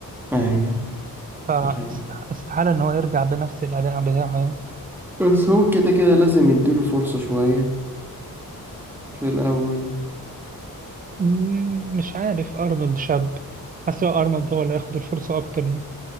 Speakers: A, in the centre; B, on the right.
A: أيوة
B: فاستحاله
A: ده حقيقي.
B: ان هو يرجع بنفس الاداء بتاعه يعني
A: بس هو كده كده لازم يديله فرصة شوية في الأول
B: مم، مش عارف ارنولد شاب حاسس هو ارنولد هو اللي هياخد الفرصه اكتر يعني